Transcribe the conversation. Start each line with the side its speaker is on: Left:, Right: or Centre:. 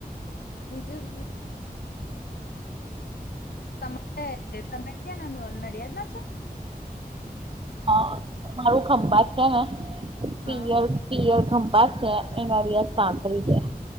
Left: બીજું તમે તમે ક્યાં ના નડિયાદ ના છો.
Right: હા મારું ખંભા છે ને
Left: હા
Right: પિયર પિયર ખંભા છે એ નડિયાદ સાંંતળરી જાય